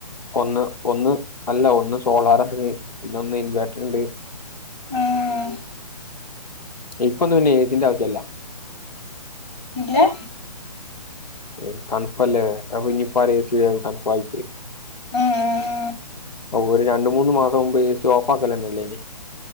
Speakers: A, on the left; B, on the left.
A: ഒന്ന് ഒന്ന് അല്ല ഒന്ന് സോളാറാണ് പിന്നെ ഒന്ന് ഇൻവെട്ടർ ഇണ്ട്.
B: ഉം
A: ഇപ്പൊന്നും പിന്നെ എ സിന്റെ ആവ്ശ്യം ഇല്ല.
B: ഇല്ലാ
A: ഏഹ് തണ്പ്പ് അല്ലെ അപ്പ ഇഞ്ഞ് ഇപ്പ ആരെയും ചെയ്യോ ഈ തൺപ്പായിറ്റ്?
B: ഉം ഉം
A: ഔഹ് ഒര് രണ്ട് മൂന്ന് മാസം മുമ്പ് എ സി ഓഫാക്കലെന്നെ ഇല്ലെയ്നി.